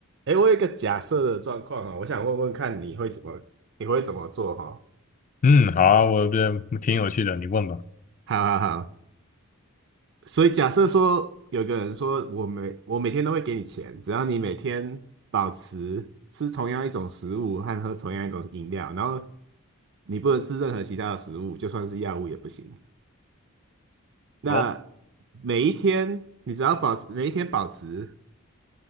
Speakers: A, on the right; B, on the left.
A: 哎，我有一个假设的状况哦，我想问问看你会怎么，你会怎么做哈、哦？
B: 嗯，好啊我觉得挺有趣的，你问吧。
A: 好好好，所以假设说有个人说我每我每天都会给你钱，只要你每天保持吃同样一种食物和喝同样一种饮料，然后你不能吃任何其他的食物，就算是药物也不行。那
B: 哦
A: 每一天你只要保持每一天保持